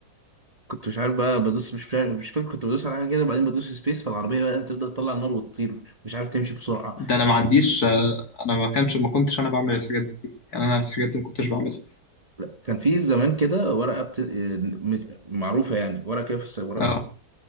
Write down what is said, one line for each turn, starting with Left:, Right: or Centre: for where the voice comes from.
Right: كنت مش عارف بقى بدوس مش فاكر مش فاكر كنت بدوس على حاجه كده بعدين بدوس سبيس فالعربيه بقى تبدا تطلع النار وتطير مش عارف تمشي بسرعه
Left: ده انا ما
Right: مش
Left: عنديش
Right: عارف
Left: آه، انا ما كانش ما كنتش انا بعمل الحاجات دي يعني انا الحاجات دي ما كنتش بعملها
Right: لا كان في زمان كده ورقة بت... آه، مش- معروفة يعني ورقة كده في السيارات
Left: اه